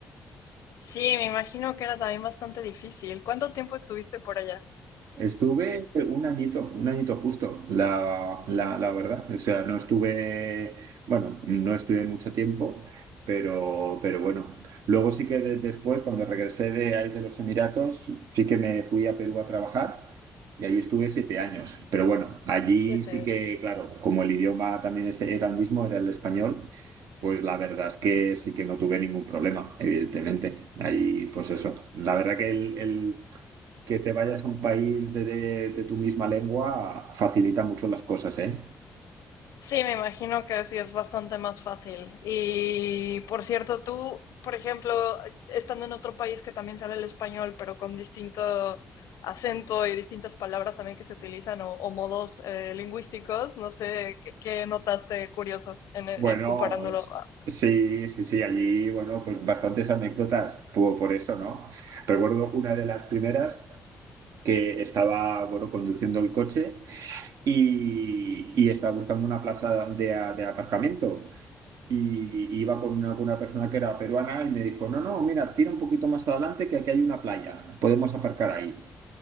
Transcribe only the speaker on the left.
sí, me imagino que era también bastante difícil. ¿Cuánto tiempo estuviste por allá?
Siete,
Sí, me imagino que sí es bastante más fácil. Y por cierto, tú, por ejemplo, estando en otro país que también sale el español, pero con distinto acento y distintas palabras también que se utilizan o, o modos eh, lingüísticos, no sé qué, qué notaste curioso en, en
comparándolo.
a-